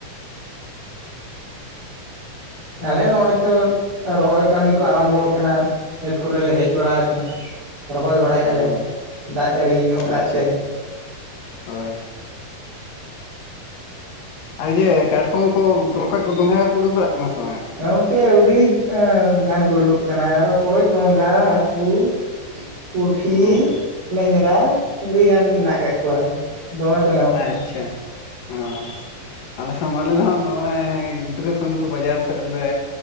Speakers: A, on the left (about 80°); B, on the right (about 60°).
A: <unintelligible>
B: ᱛᱟᱦᱚᱞᱮ ᱱᱚᱜᱼᱚᱭ ᱛᱚᱼᱼ ᱨᱚᱦᱚᱭ ᱠᱟᱹᱢᱤ ᱠᱚ ᱟᱨᱟᱢᱵᱚ ᱟᱠᱟᱱᱟ ᱠᱷᱮᱛ ᱠᱚᱨᱮᱞᱮ ᱦᱮᱡ ᱵᱟᱲᱟ ᱟᱠᱟᱱᱟ᱾ ᱨᱚᱦᱚᱭ ᱵᱟᱲᱟᱭᱮᱼᱟᱞᱮ
A: ᱦᱩᱸ
B: ᱫᱟᱜ ᱡᱟᱹᱲᱤ ᱧᱚᱜ ᱟᱠᱟᱫ
A: ᱟᱪᱪᱷᱟ
B: ᱛᱮ᱾
A: ᱦᱳᱭ᱾ ᱟᱨ ᱤᱭᱟᱹ ᱠᱟᱴᱠᱚᱢ ᱠᱚ ᱨᱚᱠᱚᱡ ᱠᱚ ᱜᱚᱸᱜᱷᱟ ᱠᱚᱠᱚ ᱩᱰᱩᱠ ᱵᱟᱲᱟᱜ ᱠᱟᱱᱟ ᱥᱮ ᱵᱟᱝᱟ?
B: ᱜᱚᱝᱠᱮ ᱟᱹᱰᱤ ᱜᱟᱱ ᱠᱚ ᱩᱰᱩᱠᱚᱜ ᱠᱟᱱᱟ ᱨᱚᱠᱚᱡ ᱜᱚᱝᱜᱟ ᱦᱟᱹᱠᱩ᱾ ᱯᱩᱴᱷᱤ
A: ᱦᱩᱸ
B: ᱞᱮᱸᱧᱨᱟ ᱟᱹᱰᱤᱜᱟᱱ ᱢᱮᱱᱟᱜ ᱠᱟᱜ ᱠᱚᱣᱟ᱾ ᱫᱚᱢᱮ, ᱠᱚ ᱧᱟᱢᱚᱜ ᱠᱟᱱᱟ
A: ᱟᱪᱪᱷᱟ᱾
B: <unintelligible>
A: ᱚ ᱟᱞᱮ, ᱟᱞᱮ ᱫᱚ ᱢᱟᱱᱮ ᱜᱤᱫᱽᱨᱟᱹ ᱠᱷᱚᱱ ᱜᱮᱛᱚ ᱵᱟᱡᱟᱨ ᱥᱮᱫ ᱞᱮ